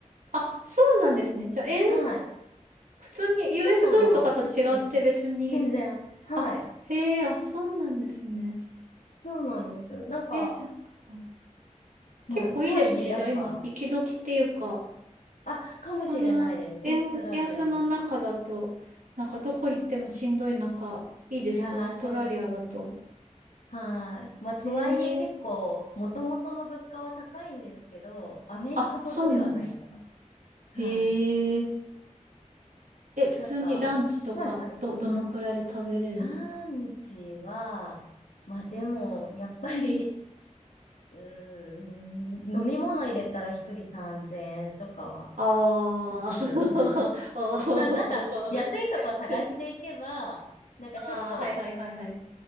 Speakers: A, on the right; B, on the left.
A: あ、そうなんですね。じゃあ、円、
B: はい。
A: 普通に US
B: ちょっとまあ、
A: ドルとかと違って別に。
B: 普通に。全然。はい。
A: あ、へえ、あ、そうなんですね。
B: そうなんですよ。なんか、
A: え、じゃあ、
B: まあ、
A: 結構いいですね。
B: とはいえ、やっぱ、
A: じゃあ今、行き時っていうか、
B: あ、かもしれないです。
A: そんな円安の中だと、
B: オーストラリアは。
A: なんかどこ行ってもしんどい中、いいですね。
B: いやー、
A: オーストラリアだと。
B: そうですね。はい。まあ、とはいえ結構、
A: へえ、
B: もともとの物価は高いんですけど、アメリカほどではないかな。
A: あ、そうなんですね。
B: はい。
A: へえ、え、普通にランチとか、
B: なんか、あと、はいはい。
A: ど、どのくらいで食べれるんですか
B: ランチは、まあでも、やっぱり、うーん、飲み物入れたら一人3000円とかは
A: あー
B: 普通かな。
A: <laughs> おー
B: まあなんか、安いとこ探していけば、
A: <laughs>
B: なんかちょっと、
A: あー、はいはいはいはい。